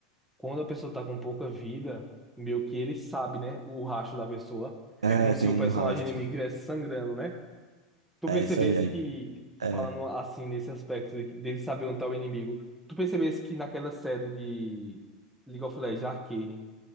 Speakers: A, in the centre; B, on the right.
A: quando a pessoa tá com pouca vida, meio que ele sabe, né, o rastro da pessoa.
B: É,
A: É como se
B: tem
A: o personagem
B: o rastro.
A: inimigo estivesse sangrando, né? Tu
B: É
A: percebesse
B: isso aí. Aí,
A: que, que
B: é.
A: falando assim, nesse aspecto de, dele saber onde tá o inimigo, tu percebesse que naquela série de League of Legends, Arcane,